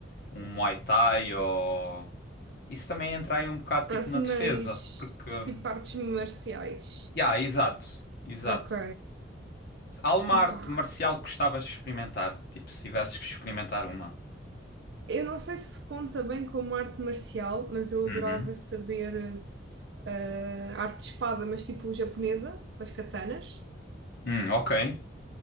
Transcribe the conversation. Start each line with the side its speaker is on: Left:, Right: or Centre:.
Left: um Muay Thai ou... Isso também entra aí um bocado
Right: Há
Left: tipo
Right: assim
Left: na defesa,
Right: mais.
Left: porque... hum,
Right: Tipo artes marciais.
Left: Ya, exato, exato.
Right: Ok.
Left: Há uma arte
Right: Epá.
Left: marcial que gostavas de experimentar, tipo, se tivesses que experimentar uma.
Right: Eu não sei se conta bem como arte marcial, mas eu adorava
Left: Uhum.
Right: saber. ah, arte de espada, mas tipo japonesa, com as katanas.
Left: Hum, ok.